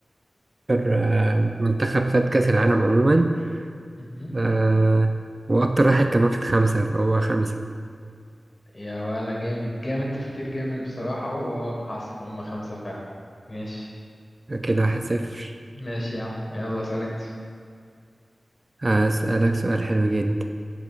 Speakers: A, on the right (about 35°); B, on the left (about 40°).
A: أكتر آه، منتخب خد كأس العالم عموما
B: مهم.
A: آه، وأكتر واحد كمان خد خمسة فهو خمسة
B: يا ولا جامد جامد تفكير جامد بصراحة واه حصل هما خمسة فعلا ماشي
A: كده واحد صفر
B: ماشي يا عم يلا اسأل انت
A: هسألك سؤال حلو جدا